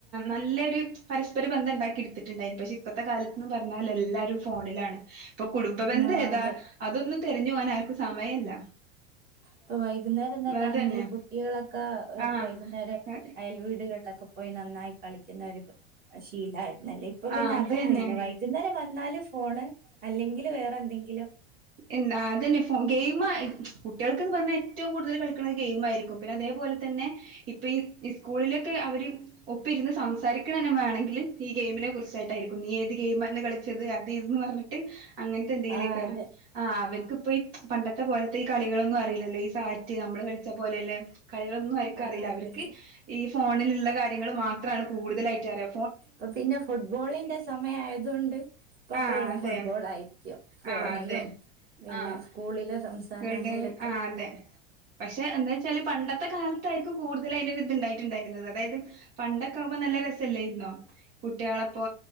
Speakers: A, on the right; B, on the right.
A: നല്ലൊരു പരസ്പര ബന്ധം ഉണ്ടാക്കി എടുത്തിട്ട് ണ്ടായിരുന്നു പക്ഷെ ഇപ്പഴത്തെ കാലത്ത്ന്ന് പറഞ്ഞാൽ എല്ലാരും ഫോണിലാണ് ഇപ്പൊ കുടുംബ ബന്ധം
B: ആ
A: ഏതാ
B: അതെ
A: അതൊന്നും തിരഞ്ഞു പോവാൻ ആർക്കും സമയമില്ല
B: ഇപ്പൊ വൈകുന്നേരം തന്നൊണെങ്കില്
A: അതന്നെ
B: കുട്ടികളൊക്കെ
A: ആഹ്
B: വൈകുന്നേരം
A: ആഹ്
B: അയൽ വീടുകളിലൊക്കെ പോ പോയി നന്നായി കളിക്കുന്ന ഒരു ശീല ആരുന്നല്ലേ ഇപ്പൊ പിന്നെ
A: ആഹ് അത്
B: അതൊന്നും
A: തന്നെ
B: ഇല്ല വൈ ഇതുന്നരം വന്നാല് ഫോണ് അല്ലെങ്കില് വേറെ എന്തെങ്കിലും
A: എന്നാ അത് തന്നെ ഫോണ് ഗെയിമ് കുട്ടികൾക്ക്ന്ന് പറഞ്ഞാൽ ഏറ്റവും കൂടുതൽ കളിക്കണത് ഗെയിം ആയിരിക്കും പിന്നെ അതേപോലെ തന്നെ ഇപ്പൊ ഈ സ്കൂളില് ഒപ്പ ഇരുന്ന് സംസാരിക്കണെ വേണമെങ്കിൽ ഈ ഗെയിമിനെ കുറിച്ചായിട്ടായിരിക്കും നീ ഏത് ഗെയിം ആണ് കളിക്ക ത് തട്ടിരുന്ന് പറഞ്ഞിട്ട് അങ്ങനത്തെ എന്തെങ്കിലേക്കാലും
B: ആ അതെ
A: ആഹ് അവർക്ക് ഇപ്പ ഈ പണ്ടത്തെ പോലത്തെ ഈ കളികളൊന്നും അറിയില്ലല്ലോ ഈ സാറ്റ് നമ്മള് കളിച്ച പോലെയല്ലെ കളികളൊന്നും അവർക്ക്
B: ആ
A: അറിയില്ല
B: അതെ
A: അവർക്ക്
B: അതെ
A: ഈ ഫോണിലുള്ള കാര്യങ്ങൾ മാത്രമാണ് കൂടുതലായിട്ട് അറിയ
B: ഇപ്പൊ പിന്നെ ഫുട്ബോളിന്റെ സമയം ആയതു കൊണ്ട് ഇപ്പൊ
A: ആഹ്
B: ഫുൾ
A: അതെ
B: ഫുട്ബോൾ ആയി ഫോണിലും
A: ആഹ് അതെ
B: പിന്നെ
A: ആഹ്
B: സ്കൂളിലെ സംസാര
A: ഗൾഡൻ
B: ആണെങ്കിലൊക്കെ
A: ആഹ് അതെ പക്ഷെ എന്താ വെച്ചാല് പണ്ടത്തെ കാലത്തായിരിക്കും കൂടുതൽ അതിൻ്റെ ഒരു ഇതുണ്ടായി ണ്ടായിരുന്നത് അതായത് പണ്ടൊക്കെ ആവുമ്പോ നല്ല രസല്ലായിരുന്നോ കുട്ടികളപ്പൊ